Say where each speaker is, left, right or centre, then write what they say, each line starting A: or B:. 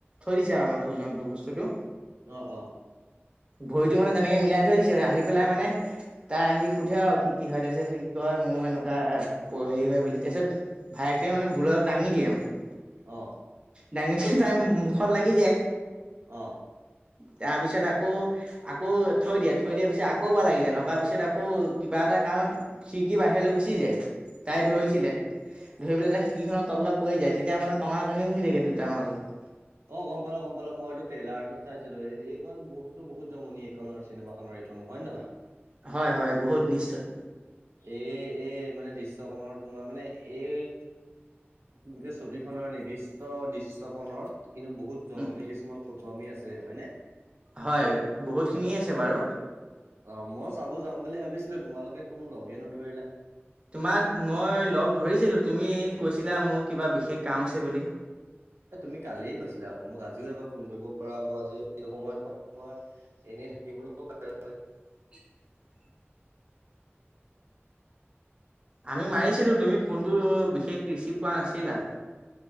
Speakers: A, on the right; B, on the right.
A: থৈ দিছে আৰু মানে ওজনটো, বস্তুটো।
B: অ', অ'।
A: ভৰিটো মানে তেনেকে মিলাই থৈ দিছে, আহি পেলাই মানে তাই আহি সোধে আৰু। কি কি হয় তাৰপিছত সি কয় মোৰ এনেকুৱা হেৰি হয় বুলি তাৰপিছত ভায়েকে মানে ভুল এটা দাঙি দিয়ে মানে।
B: অ'।
A: দাঙি দিয়ে তাই মুখত লাগি যায়।
B: অ'।
A: তাৰপিছত আকৌ আকৌ থৈ দিয়ে, থৈ দিয়া পিছত আকৌ এবাৰ লাগি যায়, লগাৰ পিছত আকৌ কিবা এটা কাৰণত খিৰিকি বাহিৰলৈ গুচি যায়, তাই
B: উম।
A: ধৰিছিলে। ধৰিব পেলাই তাৰ খিৰিকীখনৰ তললৈ পৰি যায় তেতিয়া মানে টনা টনি হৈ থাকে দুটাৰ মাজত।
B: অ' গম পালোঁ গম পালোঁ, মইতো ট্ৰেইলাৰত চাইছিলোঁ। এই এইকণ বস্তু বহুত জমনি, এইকনৰ চিনেমাখনৰ এইকণ হয়নে নহয়? <inaudible>
A: হয় হয়, বহুত নিশ্চয়।
B: এ, এ, মানে দৃশ্যকণৰ তোমাৰ মানে এই গোটেই ছবিখনৰ নিৰ্দিষ্ট দৃশ্যক কিন্তু বহুত জমনি
A: উম
B: কিছুমান ফটোৱামি আছে হয়নে?
A: হয়, বহুতখিনিয়ে আছে বাৰু।
B: অ' মই চাব যাম বুলি ভাবিছিলোঁ, তোমালোকে কোনো লগে নধৰিলা।
A: তোমাক মই লগ ধৰিছিলোঁ, তুমি কৈছিলা মোৰ কিবা বিশেষ কাম আছে বুলি।
B: এ তুমি কালিয়ে কৈছিলা আকৌ, মোক আজিও এবাৰ ফোন কৰিব পাৰা, মই আজি সেইটো সময়তই <unintelligible> মই এনেই থাকিবলৈও <unintelligible>
A: <inaudible> আমি মাৰিছিলোঁ, তুমি ফোনটো বিশেষ ৰিচিভ কৰা নাছিলা।